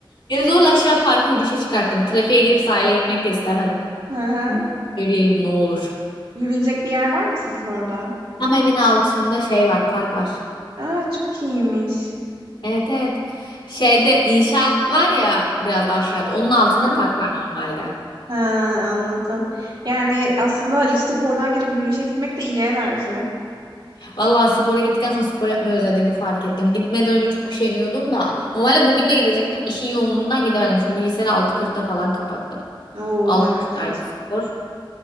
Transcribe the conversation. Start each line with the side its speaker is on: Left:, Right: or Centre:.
Left: Geri zorla aşağı parka yürüyüşe çıkarttım. Trafiğe girip sahile gitmek de istemedim.
Right: hı.
Left: Dedim, Yürüyelim ne olur.
Right: Yürünecek bir yer var mı sizin orada?
Left: Tam evin altında şey var, park var.
Right: Aa çok iyiymiş.
Left: Evet evet. Şeyde inşaat var ya biraz da aşağıda. Onun altında
Right: Hı.
Left: park var normalde.
Right: Ha, anladım. Yani aslında spordan gelip yürüyüşe gitmek de iyi enerji.
Left: Vallahi spora gittikten sonra spor yapmayı özlediğimi fark ettim. Gitmeden önce çok üşeniyordum da. Normalde bugün de gidecektim. İşin yoğunluğundan gidemedim. Çünkü bilgisayarı 6.40'da falan kapattım.
Right: Oo
Left: 6.30'daydı
Right: bayağı geç.
Left: spor.